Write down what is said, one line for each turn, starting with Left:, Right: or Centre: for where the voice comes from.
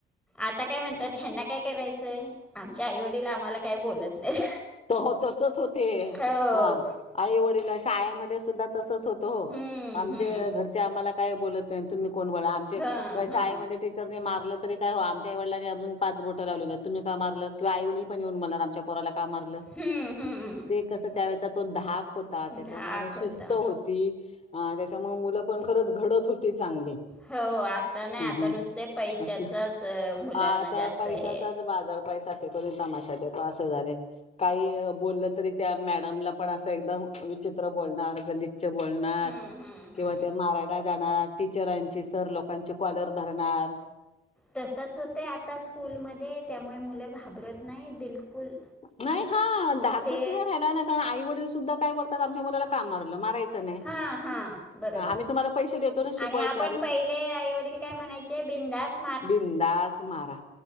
Centre: आता काय म्हणतात... ह्यांना काय करायचंय... आमच्या आईवडील आम्हाला काय बोलत नाहीत
Left: त हो... तसंच होते...
Centre: हो
Left: हा... आई वडील शाळेमध्ये सुद्धा तसंच होते हो...
Centre: हम्म
Left: आमचे
Centre: हम्म
Left: घरचे... आम्हाला काय बोलत नाई... तुम्ही कोण बोलणार... आमचे...
Centre: हां हां
Left: शाळेमध्ये टीच रने मारलं तरी... काय हो... आमच्या आईवडलाने अजून पाच बोटं लावली नाहीत... तुम्ही का मारलं? किंवा आईवडील पण येऊन बोलणार... आमच्या पोराला का मारलं?
Centre: हम्म हम्म
Left: ते कसं... त्यावेळेचा... तो धाक होता... त्याच्यामुळे
Centre: धाक
Left: शिस्त
Centre: होता
Left: हो ती... अ.. त्याच्यामुळं मुलं पण... खरंच घडत होती चांगली
Centre: हो आता नाही
Left: हूं
Centre: आता
Left: हूं....
Centre: नुसते पैशाचाच
Left: आता...
Centre: मुलांना
Left: आता
Centre: जास्त
Left: पैशाचाच
Centre: हे
Left: बाजार... पैसा फेक तमाशा देखो असं झालय... काही... बोललं तरी त्या मॅडमला पण असं एकदम विचित्र बोलणार... गलिच्छ बोलणार...
Centre: हम्म हम्म हम्म.
Left: किंवा ते मारा जाणार... टीचरांची... सर लोकांची... कॉलर धरणार
Centre: तसंच होतं... आता स्कूलमध्ये... त्यामुळे मुलं घाबरत नाई बिलकुल
Left: नाही हा... धाकच
Centre: ते
Left: नाई राहिला ना... कारण आई वडील सुद्धा काय बोलतात... आमच्या मुलाला का मारलं? मारायचं नाही.
Centre: हा हा... बरोबर...
Left: आम्ही तुम्हाला पैसे देतो ना शिकवायचे
Centre: आणि आपण
Left: अरे
Centre: प पले... आई वडील काय म्हणायचे... बिंधास
Left: बिंधास मारा